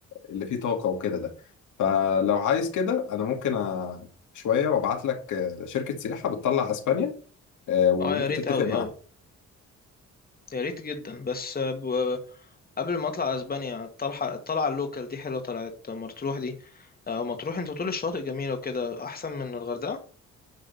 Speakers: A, on the left; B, on the left.
A: اللي فيه طاقة وكده ده فلو عايز كده أنا ممكن أ- شوية وأبعت لك آه، شركة سياحة بتطلع أسبانيا آه، وممكن
B: اه يا ريت
A: تتفق
B: قوي
A: معاهم
B: قوي يا ريت جدا بس ب- قبل ما اطلع اسبانيا الطلعه الطلعه اللوكال دي حلوه طلعت مطروح دي آه، مطروح انت بتقول الشواطئ جميله وكده احسن من الغردقه